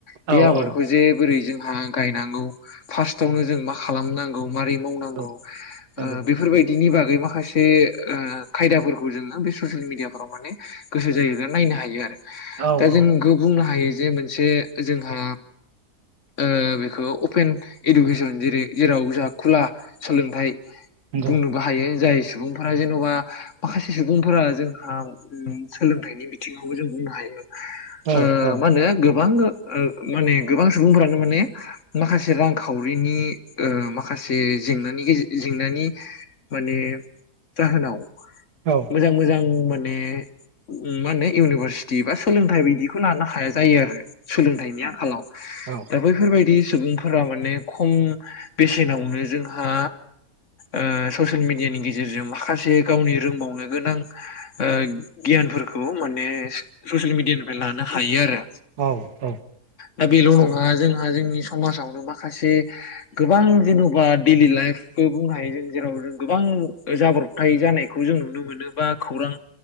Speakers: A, on the left; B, on the right.
A: बे
B: औ
A: आबादखौ
B: औ
A: जे बोरै जोंहा गायनांगौ फार्स्टाआवनो जों मा खालामनां गौ मारै मावनांगौ
B: नंगौ
A: ओ
B: नंगौ
A: बेफोरबायदि बिनि बागै माखासे ओ खायदाफोरखौ जोङो बे ससिएल मिडिया फोराव माने गोसो जायोबा नाय नो हायो आरो।
B: औ
A: दा जों
B: औ
A: बेखौ बुंनो हायो जे मोनसे जोंहा ओ बेखौ अपेन इडुकेसन जेरै जेराव जोंहा खुला सोलोंथाइ बुंनोबो
B: नंगौ
A: हायो जाय सुबुंफोरा जेन'बा माखासे सुबुंफोरा जोंहा सोलोंथाइनि बिथिङावबो जों बुंनो हायो
B: औ
A: ओ
B: औ
A: माहोनो बे गोबां ओ माने गोबां सुबुंफोरानो माने माखासे रांखावरिनि ओ माखा से जेंनानि जेंनानि माने जाहोनाव
B: औ
A: मोजां मोजां माने मा होनो इउनिभार्सिट टि बा सोलोंथाइ बिायदिखौ लानो हाया जायो आरो सोलोंथाइनि आंखालाव
B: औ
A: दा बैफोरबायदि सुबुंफोरा माने खम बेसेनावनो जोंहा ओ ससियेल मिडियानि गेजेरजों माखासे गावनि रोंबावनो गोनां ओ गियानफोरखौ माने ससियेल मिडियानिफ्राय लानो हायो आरो।
B: औ औ
A: दा बेल' नङा जोंहा जोंनि समाजावनो माखासे गोबां जेन'बा देइलि लाइफ बो बुंनो हायो जों जेराव गोबां जाब्रबथाय जानायखौ जों नुनो मोनो बा खौरां